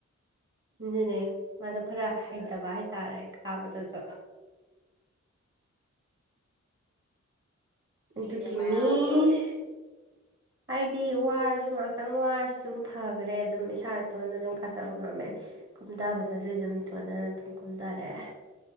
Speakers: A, on the right (about 40°); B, on the right (about 85°).
A: ꯑꯗꯨꯅꯦ ꯃꯥꯗꯣ ꯈꯔ
B: ꯑꯗꯨꯅ
A: ꯍꯩꯇꯕ ꯍꯥꯏꯇꯥꯔꯦ ꯀꯥꯕꯗꯨꯁꯨ ꯑꯗꯨꯒꯤꯅꯤ
B: ꯌꯦꯟ ꯃꯌꯥꯝꯗꯨꯅ ꯇꯧꯔꯤꯁꯦ ꯌꯦꯡꯎ
A: ꯍꯥꯏꯗꯤ ꯋꯥꯔꯁꯨ ꯉꯥꯛꯇꯪ ꯋꯥꯔꯁꯨ ꯑꯗꯨꯝ ꯐꯈ꯭ꯔꯦ ꯑꯗꯨꯝ ꯏꯁꯥ ꯏꯇꯣꯟꯗ ꯑꯗꯨꯝ ꯀꯥꯖꯕ ꯉꯝꯃꯦ ꯀꯨꯝꯊꯕꯗꯁꯨ ꯑꯗꯨꯝ ꯏꯇꯣꯟꯗꯅ ꯑꯗꯨꯝ ꯀꯨꯝꯗꯔꯦ